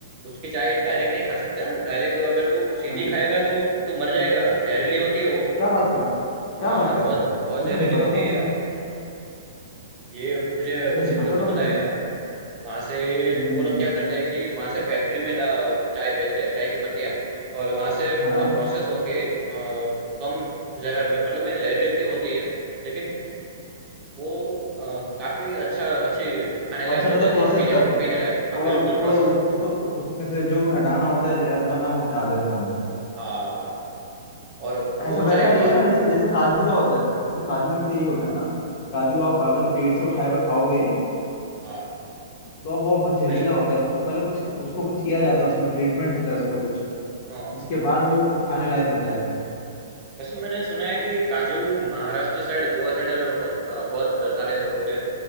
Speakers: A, on the right; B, on the left.
A: उसकी चाय डायरेक्ट नहीं खा सकते डायरेक्ट अगर तू सीधी
B: हाँ
A: खाएगा तो तू मर जाएगा जहरीली होती है वो
B: क्या बात कर
A: हाँ
B: क्या बात कर
A: बहुत
B: रहा है
A: बहुत
B: ये
A: जहरीली
B: तो नहीं पता
A: होती
B: था
A: है
B: मुझे
A: यार ये मुझे
B: ये
A: उसी
B: नहीं
A: दोस्त
B: पता
A: ने
B: था
A: बताया
B: मुझे
A: यार वहां से
B: हम्म
A: वो लोग क्या करते हैं कि वहां से फैक्ट्री में डा- चाय बेचते हैं चाय की पत्तियां और वहां से
B: हाँ
A: पूरा प्रोसेस होके अ, कम जहर में मतलब में जहरीली तो होती है लेकिन वो अ, काफी अच्छा अच्छी खाने लायक
B: अच्छा
A: बन
B: मतलब
A: जाती
B: प्रोसेस
A: है पीने
B: कर
A: पीने लायक हाँ
B: थोड़ा
A: बिल्कुल
B: थोड़ा
A: प्रोसेस
B: उस,
A: करके
B: उसको उसमें से जो भी हटाना होता है जहरपना वो हटा देते होंगे
A: हाँ और वो
B: ऐसा वैसा
A: चाय बहुत
B: ही है ना जैसे जैसे काजू का होता है जैसे काजू में तो यही होता है ना काजू आप अगर पेट से उठाए हुए खाओगे
A: हाँ
B: तो अब वो बहुत जहरीला
A: वैसे
B: होता है उसको पहले कुछ उसको कुछ किया जाता है उसमें ट्रीटमेंट होता है उसका कुछ
A: हाँ हाँ।
B: उसके बाद वो खाने लायक होता है
A: वैसे मैंने सुना है कि काजू महाराष्ट्र साइड गोवा साइड हो, अ, बहुत सारे होते हैं